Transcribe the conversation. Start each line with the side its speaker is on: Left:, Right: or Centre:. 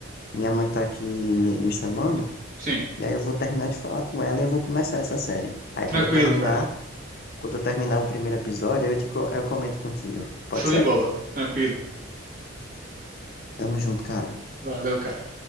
Left: Minha mãe tá aqui me, me chamando,
Right: Sim,
Left: e aí eu vou terminar de falar com ela e eu vou começar essa série. Aí
Right: tranquilo,
Left: quando eu terminar,
Right: cara.
Left: quando eu terminar o primeiro episódio, aí eu, te, co- eu comento contigo. Pode
Right: Show
Left: ser?
Right: de bola. Tranquilo.
Left: Tamo junto, cara.
Right: Valeu, cara.